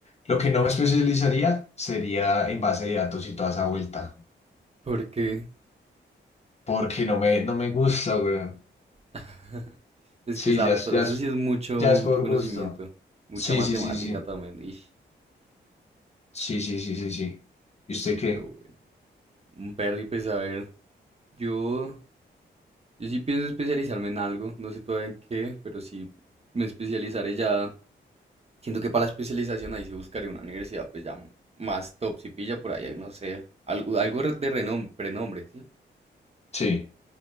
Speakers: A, on the left; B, on the right.
A: Lo que no me especializaría sería en base de datos y toda esa vuelta,
B: porque...
A: porque no me, no me gusta, weón.
B: <laughs> es
A: Sí,
B: que es harto.
A: ya, es- ya,
B: Eso
A: es-
B: sí es mucho,
A: ya es
B: mucho
A: por
B: conocimiento.
A: gusto.
B: Mucha
A: Sí,
B: matemática
A: sí, sí, sí.
B: también. ish,
A: Sí, sí, sí, sí, sí. ¿Y usted qué?
B: pero bueno. Un perry, pues a ver. Yo, yo sí pienso especializarme en algo. No sé todavía en qué, pero sí me especializaré ya Siento que para la especialización ahí sí buscaré una universidad, pues ya más top, si pilla por ahí, hay, no sé, algo, algo de renom- renombre, ¿sí?
A: Sí.